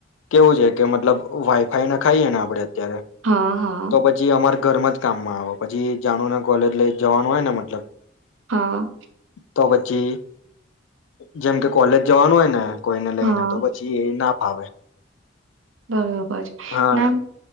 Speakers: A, on the left (about 80°); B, on the right (about 80°).
A: કેવું છે કે મતલબ વાઈફાઈ નખાઈએ ને આપડે અત્યારે
B: હા હા
A: તો પછી અમાર ઘરમાં જ કામમાં આવે પછી જાનુ ને કોલેજ લઈ જવાનું હોય ને મતલબ
B: હા.
A: તો પછી જેમ કે કોલેજ જવાનું હોય ને કોઈને લઈને
B: હા
A: તો પછી એ ના ફાવે.
B: બરોબર છે
A: હા
B: નામ